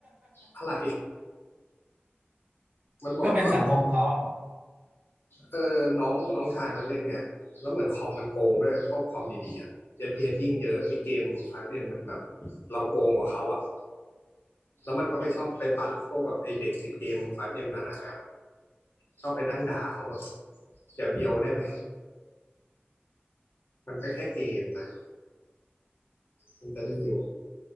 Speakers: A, on the left; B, on the right.
A: อะไร
B: <laughs>
A: มันบอกก็
B: ก็เป็นสังคมเขาอ
A: เออน้องน้องชายมันเล่นไงแล้วเหมือนคอมมันโกงด้วยพวกคอมดีๆอะเ p s ยิ่งเยอะไอเกมไฟว์เอ็มมันแบบเราโกงกว่าเขาอะแล้วมันก็ไปชอบไปปั่นพวกแบบไอเด็กติดเกมไฟว์เอ็มนานะชอบไปนั่งด่าเขาแบบ อย่าเบียวได้ไหม มันก็แค่เกมนะ มันจะมีอยู่